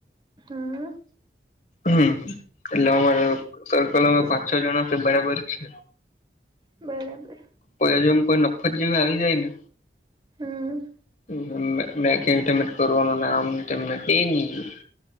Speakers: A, on the right; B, on the left.
A: હમ.
B: હમ એટલે અમારે સર્કલ પાંચ છ જણા બરાબર છે.
A: બરાબર.
B: કોઈ કોઈ નફત જેવી આવી જાય ને.
A: હમ.
B: <unintelligible> કરવાનું આમ તેમ ને <unintelligible>